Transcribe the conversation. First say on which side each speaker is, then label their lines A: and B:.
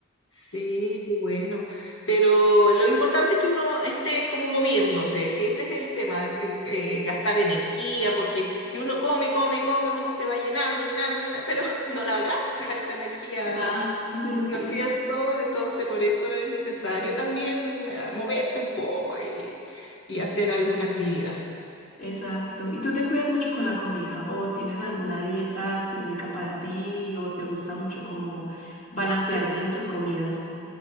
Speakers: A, on the left; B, on the left.
A: sí, qué bueno. Pero lo importante es que uno esté como moviéndose, si ese es el tema, eh, eh, gastar energía, porque si uno come, come, come, uno se va llenando, llenando, llenando, pero <laughs> no la gasta esa energía,
B: Ajá, <laughs>
A: ¿no
B: sí.
A: es cierto? Entonces por eso es necesario también eh, moverse un poco ahí y hacer alguna actividad.
B: Exacto. ¿Y tú te cuidas mucho con la comida? ¿O tienes alguna dieta específica para ti? ¿O te gusta mucho como balancear bien tus comidas?